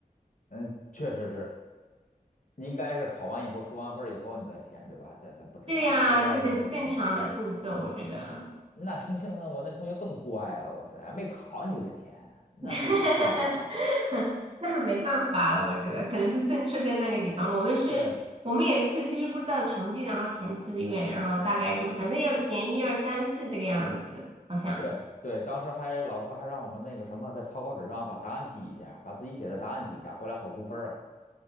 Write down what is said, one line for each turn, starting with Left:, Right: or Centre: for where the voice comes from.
Left: 嗯，确实是，应该是考完以后出完分儿以后你再填，对吧？这这不知道，
Right: 对呀，
Left: 不知道咱是怎么。
Right: 这个才是正常的步骤，我觉得。
Left: 那重庆的我那同学更乖了，哇塞，还没考你就得填，那不就更乖？
Right: <laughs> 那没办法了，我觉得可能是政策在那个地方。我们是，
Left: 对
Right: 我们也是，就是不知道成绩，然后填志愿，然后大概就反正要填一二三四这个样子，好像。
Left: 对对，当时还老师还让我们那个什么，在草稿纸上把答案记一下，把自己写的答案记一下，回来好估分儿啊。